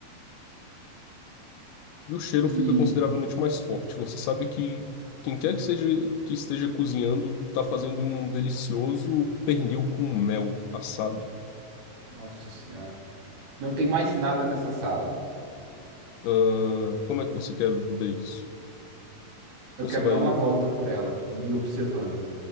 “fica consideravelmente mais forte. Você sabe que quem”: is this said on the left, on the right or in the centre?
Left